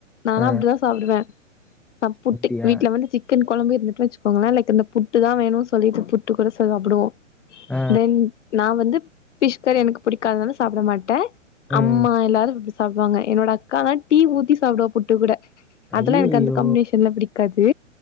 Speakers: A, on the left (about 65°); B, in the centre.
A: நால்லா
B: ஆ
A: அப்டிதா சாப்டுவ சப்புட்டு
B: அப்டியா
A: வந்து சிக்கன் கொழம்பு இருந்துச்சு வச்சுக்கோங்ளே லைக் இந்த புட்டு தா வேணு சொல்லிட்டு புட்டு கூட சாப்டுவோ
B: ஆ
A: தென் நா வந்து ஃபிஷ் கறி எனக்கு புடிக்காதுனால சாப்ட மாட்ட
B: ம்
A: அம்மா எல்லாரு இப்டி சாப்டுவாங்க என்னோட அக்கால்லா டீ ஊத்தி சாப்டுவா புட்டு கூட அதுல
B: ஐய்யய்யோ
A: எனக் அந்த காம்னேஷன்ல்லா பிடிக் கது